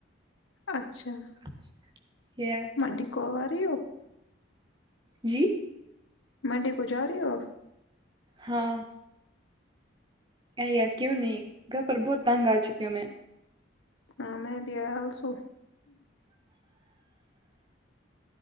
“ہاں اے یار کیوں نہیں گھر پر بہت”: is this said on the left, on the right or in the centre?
Right